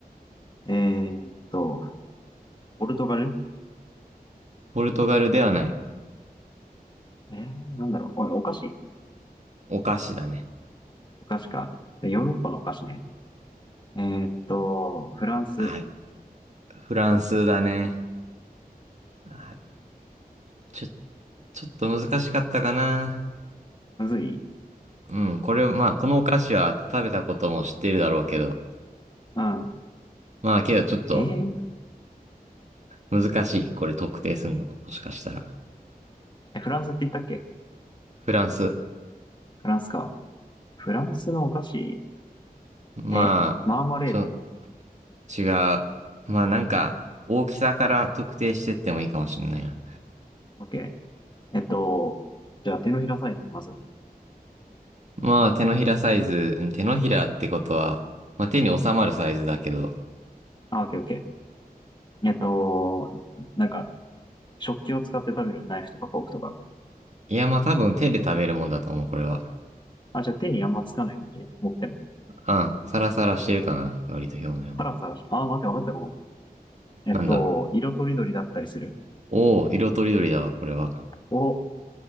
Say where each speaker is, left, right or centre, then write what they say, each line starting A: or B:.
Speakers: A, on the left (about 30°); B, on the right (about 50°).
A: えーっと、ポルトガル。
B: ポルトガルではない。
A: えー、なんだろう。これお菓子
B: お菓子だね。
A: お菓子か。ヨーロッパのお菓子ね。えーっと、フランス。
B: あ、フランスだね。あ、ちょ、ちょっと難しかったかな。
A: むずい
B: うん、これ、まあ、このお菓子は食べたことも知ってるだろうけど。
A: うん。
B: まあ、けどちょっと、
A: えー、
B: 難しい。これ特定するの。もしかしたら。
A: えフランスって言ったっけ
B: フランス。
A: フランスか。フランスのお菓子。
B: まあ、
A: え、マーマレード。
B: ちょ、違う。まあ、なんか、大きさから特定してってもいいかもしれないな。
A: OK。えっと、じゃあ手のひらサイズ、まず。
B: まあ、手のひらサイズ、うん手のひらってことは、まあ手に収まるサイズだけど。
A: あ、オッケーオッケー。えっと、なんか、食器を使って食べるナイフとかフォークとか。
B: いや、まあ多分手で食べるもんだと思う、これは。
A: あ、じゃあ手にあんまつかない感じ持っても。
B: うん、サラサラしてるかな、割と表面は。
A: たださ、あ、待って、わかったかも。えっと、
B: なんだろ
A: 色とりどりだったりする。
B: う。おお、色とりどりだわ、これは。
A: お、